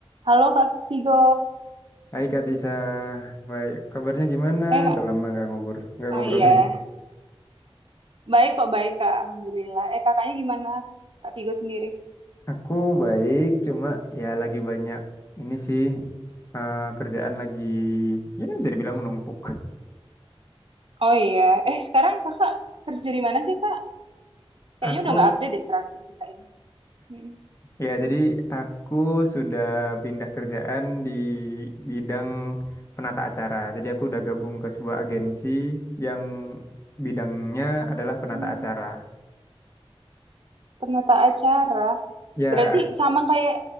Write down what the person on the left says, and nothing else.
Hai Kak Tisa, baik. Kabarnya gimana?
Udah lama nggak ngobrol, nggak
ngobrol
nih.
Aku baik, cuma ya lagi banyak ini sih eh, kerjaan lagi ya bisa dibilang menumpuk.
<laughs> Aku
ya jadi aku sudah pindah kerjaan di bidang penata acara. Jadi aku udah gabung ke sebuah agensi yang bidangnya
adalah penata acara.
Ya,